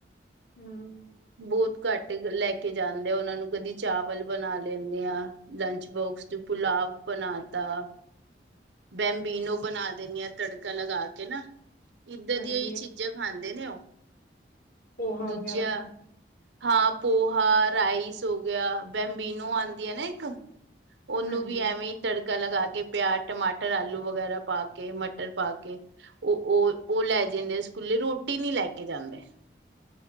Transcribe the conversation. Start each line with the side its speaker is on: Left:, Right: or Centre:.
Left: ਹਮ
Right: ਬਹੁਤ ਘੱਟ ਲੈ ਕੇ ਜਾਂਦੇ ਆ ਉਹਨਾਂ ਨੂੰ ਕਦੀ ਚਾਵਲ ਬਣਾ ਲੈਂਦੇ ਆ ਲੰਚ ਬੋਕਸ ਚ ਪੁਲਾਵ ਬਣਾ ਤਾ <inaudible> ਬੈਂਮਬੀਨੋ ਬਣਾ ਦੇਣੀ ਆ ਤੜਕਾ ਲਗਾ ਕੇ ਨਾ ਇੱਦਾਂ
Left: ਹਾਂਜੀ
Right: ਦੀਆਂ ਹੀ ਚੀਜ਼ਾਂ ਖਾਂਦੀ ਦੇ ਨੇ ਉਹ
Left: ਪੋਹਾ
Right: ਦੂਜਾ
Left: ਵਗੈਰਾ ਤੇ
Right: ਹਾਂ ਪੋਹਾ ਰਾਈਸ ਹੋ ਗਿਆ ਬੈਬੀਨੋ ਆਉਂਦੀਆਂ ਨਾ ਇੱਕ ਉਹਨੂੰ
Left: ਹਾਂਜੀ
Right: ਵੀ ਐਵੇਂ ਹੀ ਤੜਕਾ ਕਾ ਲਗਾ ਕੇ ਪਿਆਜ ਟਮਾਟਰ ਆਲੂ ਵਗੈਰਾ ਪਾ ਕੇ ਮਟਰ ਪਾ ਕੇ ਉਹ ਉਹ ਉਹ ਲੈ ਜਾਂਦੇ ਸਕੂਲੇ ਰੋਟੀ ਨੀ ਲੈ ਕੇ ਜਾਂਦੇ